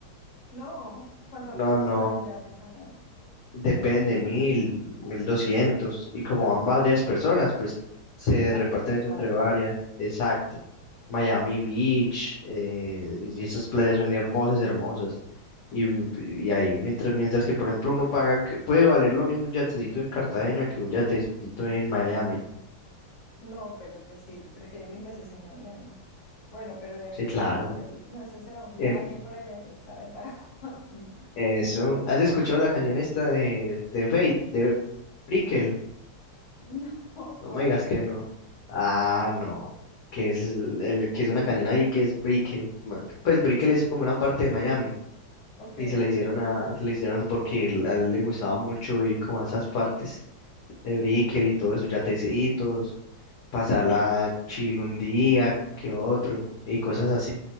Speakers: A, on the left; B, on the left.
A: No, ¿cuánto
B: No,
A: puede costar
B: no,
A: un yate en Miami?
B: depende, mil, mil doscientos. Y como van varias personas, pues se
A: Claro,
B: reparten
A: es más
B: eso
A: suave.
B: entre varias. Exacto. Miami Beach, eh, y esas playas son hermosas, hermosas. Y, y ahí, mientras, mientras que, por ejemplo, uno paga, que- puede valer lo mismo un yatecito en Cartagena que un yatecito en Miami.
A: No, pero pues sí, prefiero mil veces en Miami. Bueno, pero de aquí
B: Sí,
A: a
B: claro.
A: que sacar la visa. No, eso será un viaje
B: Em,
A: por allá, quién sabe para cuándo. <laughs>
B: eso. ¿Has escuchado la canción esta de, de Fate, de Brickell?
A: No,
B: No
A: ¿cuál?
B: me digas que no. Ah, no. Que es, el- el- que es una cañón ahí que es Brickell. Ma- Pues Brickell es como una parte de Miami.
A: Ok.
B: Y se la hicieron a, se la hicieron porque él- a él le gustaba mucho ir como a esas partes de Brickell y todo eso, yatecitos, pasarla chill un día que otro y cosas así.